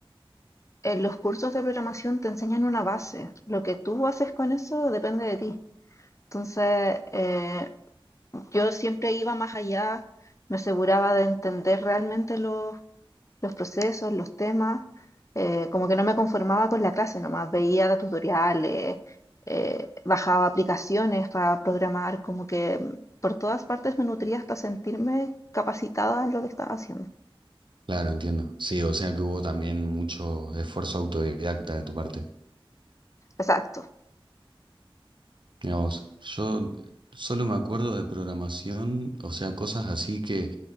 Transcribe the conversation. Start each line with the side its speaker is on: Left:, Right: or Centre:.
Left: en los cursos de programación te enseñan una base. Lo que tú haces con eso depende de ti. Entonces, eh, yo siempre iba más allá, me aseguraba de entender realmente los, los procesos, los temas, eh, como que no me conformaba con la clase nomás, veía tutoriales, eh, bajaba aplicaciones para programar, como que por todas partes me nutría hasta sentirme capacitada en lo que estaba haciendo.
Right: Claro, entiendo. Sí, o sea que hubo también mucho esfuerzo autodidacta de tu parte.
Left: Exacto.
Right: Mira vos, yo solo me acuerdo de programación, o sea, cosas así que